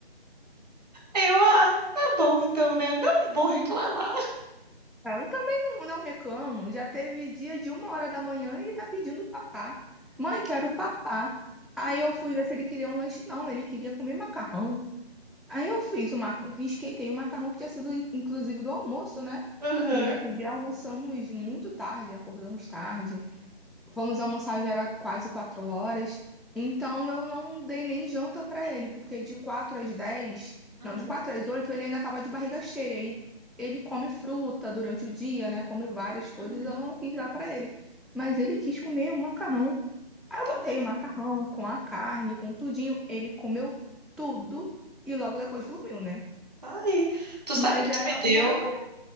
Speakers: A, on the right; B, in the centre.
A: Aí eu, ah, tá bom então, né? Não vou reclamar.
B: Ah, Eu também não, não reclamo. Já teve dia de uma hora da manhã, ele tá pedindo papá. Mãe, quero papá. Aí
A: Uhum,
B: eu fui ver se ele queria um lanche. Não, ele queria comer macarrão. Aí eu fiz o ma... esquentei o macarrão que tinha sido in- inclusive do almoço, né?
A: aham,
B: Que nesse dia almoçamos muito tarde, acordamos tarde. Fomos almoçar, já era quase quatro horas. Então eu não dei nem janta pra ele, porque de quatro às dez,
A: uhum,
B: não, de quatro às oito ele ainda tava de barriga cheia. E ele come fruta durante o dia, né? Come várias coisas,
A: uhum.
B: eu não quis dar pra ele. Mas ele quis comer o macarrão. Aí eu
A: Tá
B: botei
A: aí,
B: o macarrão com a carne, com tudinho. Ele comeu tudo e logo depois dormiu, né?
A: tá aí. Tu sabe
B: Mas
A: que
B: era
A: tu me deu,
B: uma da manhã.